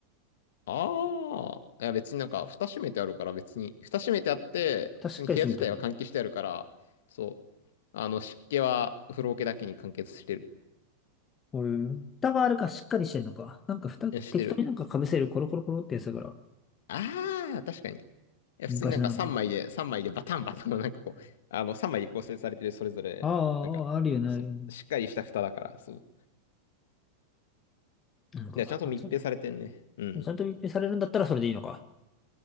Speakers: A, on the left; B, on the left.
A: ああ。いや、別になんか、蓋閉めてあるから、別に、蓋閉めてあって、
B: 蓋しっかり閉めてる。
A: 普通に部屋自体は換気してあるから、そう。あの、湿気は風呂桶だけに完結してる。
B: うん。蓋があるかしっかりしてんのか。なんか蓋適当になんか被せるコロコロコロってやつだから、
A: えしてる。ああ、確かに。いや、
B: 昔ながらのやつ。
A: 普通になんか3枚で、3枚でバタンバタンのなんかこう、あの、3枚で構成されてる、それぞれ、
B: ああ、
A: なんか、
B: あああるよね、あるよね。
A: そう、しっかりした蓋だから、そう。
B: なんか、
A: いや、ちゃんと密閉されてんね。
B: あちゃん
A: うん。
B: ちゃんと密閉されるんだったらそれでいいのか。